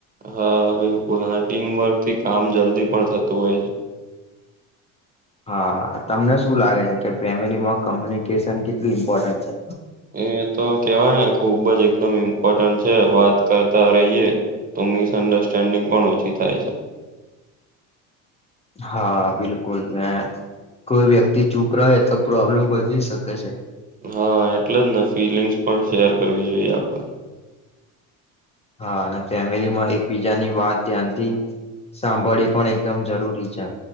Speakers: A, on the right; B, on the left.
A: હા બિલકુલ અને ટીમ વર્ક થી કામ જલ્દી પણ થતું હોય છે.
B: હા તમને શું લાગે છે કે ફેમિલીમાં કોમ્યુનિકેશન કેટલી ઇમ્પોર્ટન્ટ છે?
A: એ તો કેવાય ને ખુબ જ એકદમ ઇમ્પોર્ટન્ટ છે વાત કરતા રહીએ તો મિસઅન્ડરસ્ટેન્ડિંગ પણ ઓછી થાય છે.
B: હા બિલકુલ ને કોઈ વ્યક્તિ ચૂપ રહે તો પ્રોબ્લેમ વધી શકે છે.
A: હા એટલે જ ને ફિલિંગ્સ પણ શેર કરવી જોઈએ આપડે.
B: હા અને ફેમિલીમાં એકબીજાની વાત ધ્યાનથી સાંભળી પણ એકદમ જરૂરી છે.